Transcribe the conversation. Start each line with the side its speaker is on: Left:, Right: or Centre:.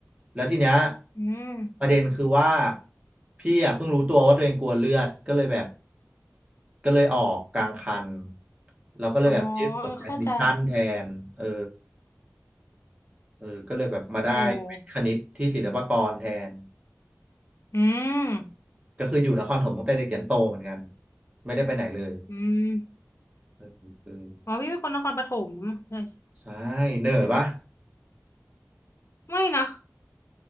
Right: แล้วทีเนี้ย
Left: อืม
Right: ประเด็นคือว่าพี่อ่ะเพิ่งรู้ตัวว่าตัวเองกลัวเลือด ก็เลยแบบก็เลยออกกลางคัน แล้วก็เลยแบบยื่นผลแอดมิชชั่นแทนเออ
Left: อ๋อเออเข้าใจ
Right: เออก็เลยแบบมาได้วิทย์คณิตที่ศิลปากรแทน
Left: โหอืม
Right: ก็คืออยู่นครปฐมตั้งแต่เด็กยันโตเหมือนกัน ไม่ได้ไปไหนเลย
Left: อืม
Right: เออเออ
Left: อ๋อพี่เป็นคนนครปฐมใช่
Right: ใช่เหนื่อยปะ
Left: ไม่นะ